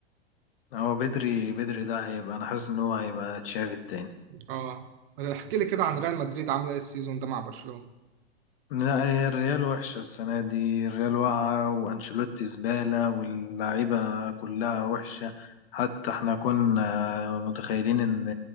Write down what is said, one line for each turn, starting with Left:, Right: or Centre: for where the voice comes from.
Left: هو بدري بدري ده هيبقى انا حاسس ان هو هيبقى تشافي التاني
Right: اه احكي لي كده عن ريال مدريد عاملة ايه السيزون ده مع برشلونة
Left: لا هي الريال وحشة السنة دي الريال واقعة وأنشيلوتي زبالة واللعيبة كلها وحشة حتى احنا كنا متخيلين ان